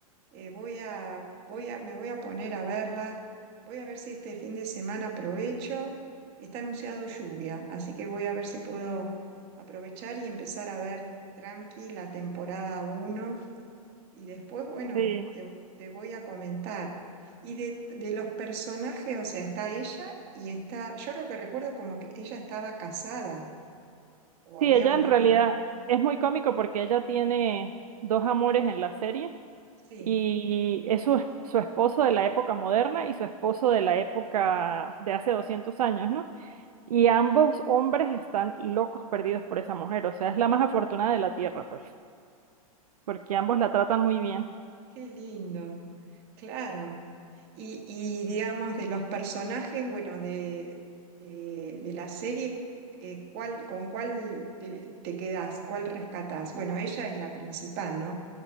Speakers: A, on the right; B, on the right.
A: Eh, voy a, voy a, me voy a poner a verla. Voy a ver si este fin de semana aprovecho. Está anunciado lluvia, así que voy a ver si puedo aprovechar y empezar a ver tranqui la temporada uno Y después, bueno,
B: sí.
A: te, te voy a comentar. Y de, de los personajes, o sea, está ella y está, yo lo que recuerdo como que ella estaba casada. O
B: Sí,
A: había
B: ella
A: una,
B: en realidad
A: un-
B: es muy cómico porque ella tiene dos amores en la serie
A: sí,
B: y es su, su esposo de la época moderna y su esposo de la época de hace 200 años, ¿no? Y ambos hombres están locos perdidos por esa mujer. O sea, es la más afortunada de la tierra, pues, porque ambos la tratan muy bien.
A: qué lindo, claro. Y, y, digamos, de los personajes, bueno, de, de, de la serie, eh, ¿cuál, con cuál te, te quedás? ¿Cuál rescatás? Bueno, ella es la principal, ¿no?